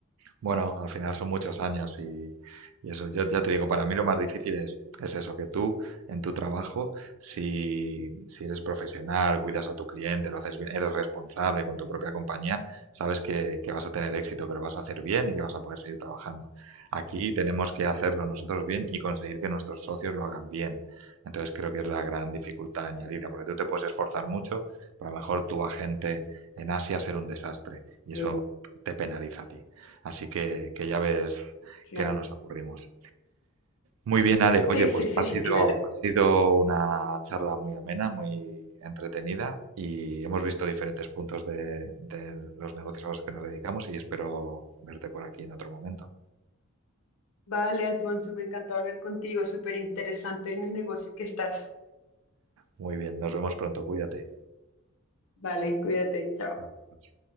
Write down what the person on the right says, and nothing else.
Bueno, al final son muchos años y, y eso, yo ya te digo, para mí lo más difícil es, es eso, que tú en tu trabajo, si, si eres profesional, cuidas a tu cliente, lo haces bien, eres responsable con tu propia compañía, sabes que, que vas a tener éxito, que lo vas a hacer bien y que vas a poder seguir trabajando. Aquí tenemos que hacerlo nosotros bien y conseguir que nuestros socios lo hagan bien. Entonces creo que es la gran dificultad añadida,
porque tú te puedes esforzar mucho, pero a lo mejor tu agente en Asia ser un desastre y
eso te penaliza a ti. Así que, que ya ves
que no nos aburrimos. Muy bien, Ale. Oye,
pues
ha sido,
ha sido una charla muy amena, muy entretenida y hemos visto diferentes puntos de, de los negocios a los que nos dedicamos y espero verte por aquí en otro momento.
Muy bien, nos vemos pronto. Cuídate.
Adiós.